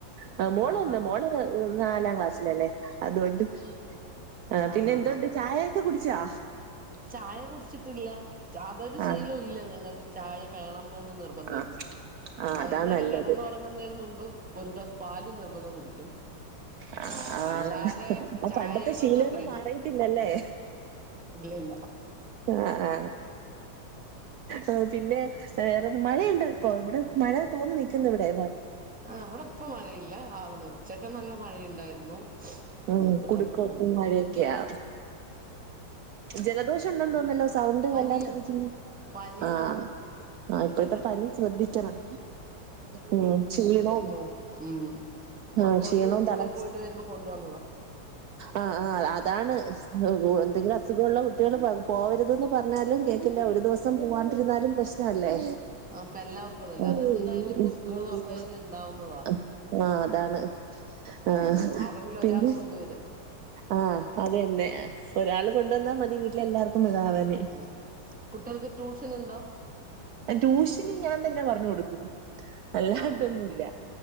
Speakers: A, on the right (about 85°); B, in the centre.
A: ആ മോളന്ന്
B: ആഹാ
A: മോള് നാലാം ക്ലാസ്സിലല്ലേ അതുകൊണ്ട് ആ
B: ആഹാ
A: പിന്നെ എന്തുണ്ട്
B: ഹാ
A: ചായൊക്കെ കുടിച്ചൊ
B: ചായ കുടിച്ചിട്ടില്ല അതൊരു
A: ആ
B: ശീലവില്ല ഞങ്ങൾക്ക് ചായ വേണംന്നൊന്നും നിർബന്ധല്ല
A: ആ ആ
B: വൈകുന്നേരം
A: അതാ നല്ലത്
B: കിടന്നറങ്ങുന്നതിന് മുൻപ് ഒരു ഗ്ലാസ്‌ പാല് നിർബന്ധം കുടിക്കും
A: ആ
B: ആഹ
A: ആ
B: അല്ലാതെ
A: ആ
B: ചായയോടൊന്നും
A: പണ്ടത്തെ ശീലമൊന്നും
B: അത്ര ഇല്ല.
A: മാറിയിട്ടില്ലല്ലേ
B: ല്ല
A: ആ ആ ആ പിന്നെ വേറെ മഴയുണ്ട ഇപ്പോ ഇവിടെ മഴ തോന്നി നിക്കുന്നു ഇവിടെ.
B: ആ അവിടെ ഇപ്പ മഴയില്ല. ആ ഉച്ചക്കെ നല്ല മഴയുണ്ടായിരുന്നു.
A: ഉം
B: ഉ ഇപ്പൊ
A: കുടുക്കോട്ടും
B: കൊഴപ്പില്ല.
A: മഴയൊക്കെയാ ജലദോഷം ഉണ്ടെന്ന് തോന്നല്ലോ സൗണ്ട്
B: പനിയാ
A: വല്ലാണ്ടരിക്കുന്നു.
B: പനിയായിരുന്നു
A: ആഹ് ആ ഇപ്പോഴത്തെ
B: ഇപ്പഴത്തെ
A: പനി ശ്രദ്ധിക്കണം. ഉ ചെയ്യണം.
B: മ ഉം മക്കൾക്ക്
A: ആഹ ക്ഷീണവും.
B: സ്കൂളിൽ
A: തല
B: പോയിട്ട് വരുമ്പോ കൊണ്ടുവന്നതാ
A: ആ ആ ആ അതാണ്. എന്തേങ്കിലും അസുഖ ഉള്ള കുട്ടികള് ഒരൂസം പോവെറുതെന് പറഞ്ഞാലും. കേൾക്ക ഒരു സം പോകണ്ടിരുന്നാലും പ്രശ്നം അല്ലേ.
B: അപ്പൊ എല്ലാവർക്കും ഉണ്ടല്ലോ
A: <inaudible>
B: അതെന്തായാലും ഇപ്പൊ സ്കൂൾ തുറന്നു കഴിഞ്ഞാൽ ഉണ്ടാവുന്നതാ
A: ആഹ അതാണ് ആ
B: ആരെങ്കിലും
A: പിന്നെ.
B: ഒരാൾ കൊണ്ടുവരും
A: ആഹ അത് തന്നെ ഒരാൾ കൊണ്ട വന്നാ മതി വീട്ടില എല്ലാർക്കും മെതാവാന്.
B: ഉം കുട്ടികൾക്ക് ട്യൂഷൻ ഉണ്ടോ
A: ട്യൂഷന് ഞാൻ തന്നെ പറഞ്ഞു കൊടുക്കും. അല്ലാണ്ടൊന്നുല്ല
B: ആഹ്